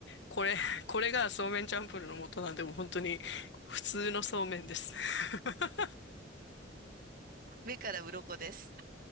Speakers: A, on the left; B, on the right.
A: これ、<laughs> これがそうめんチャンプルーの元なんで、もう本当に普通のそうめんです。<laughs>
B: 目から鱗です。